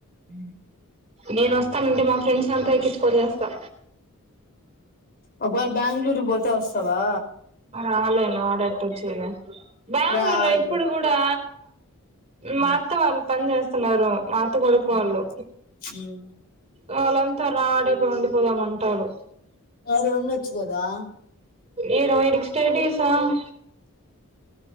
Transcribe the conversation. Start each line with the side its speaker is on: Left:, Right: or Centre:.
Left: హ్మ్.
Right: నేనొస్తానంటే మా ఫ్రెండ్స్ అంత ఎక్కించుకొని వస్తా
Left: ఒకవేళ బెంగళూరు కి పోతే వస్తావా
Right: రాలేను ఆడెట్టచ్చేగా బెంగళూరులో
Left: రా ఆడికి
Right: ఇప్పుడు
Left: పో
Right: కూడా
Left: హ్మ్.
Right: మా అత్త వాళ్ పని చేస్తున్నారు మా అత్త కొడుకు
Left: హ్మ్.
Right: వాళ్ళు
Left: హ్మ్.
Right: వాళ్ళంతా రా పా ఆడే ఉండిపోదామంటారు
Left: మరి ఉండొచ్చు కదా
Right: ఈడ వైడికి స్టేడీసామ్